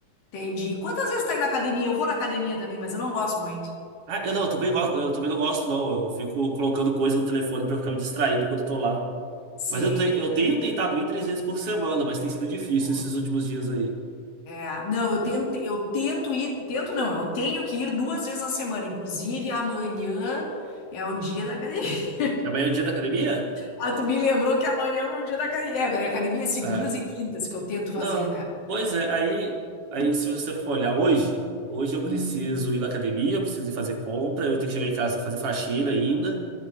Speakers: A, on the left (about 70°); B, on the right (about 50°).
A: Entendi. Quantas vezes tá indo na academia? Eu vou na academia também, mas eu não gosto muito.
B: Ah, eu não, eu também gosto, eu também não gosto, não. Eu fico colocando coisa no telefone pra eu ficar me distraindo enquanto eu tô lá.
A: Sim.
B: Mas eu, te- eu tenho tentado ir três vezes por semana, mas tem sido difícil
A: Boa.
B: esses últimos dias aí.
A: É, não, eu tento, eu tento ir, tento não, eu tenho que ir duas vezes na semana. Inclusive, amanhã é o dia da academia. <laughs>
B: Amanhã é o dia da academia?
A: Ah, tu me lembrou que amanhã é o meu dia da academia. É, minha academia é segundas
B: É.
A: e quintas que eu tento fazer,
B: Não,
A: né?
B: pois é. Aí, aí se você for olhar hoje, hoje eu preciso
A: Hum.
B: ir na academia, eu preciso ir fazer compra, eu tenho que chegar em casa e fazer faxina ainda.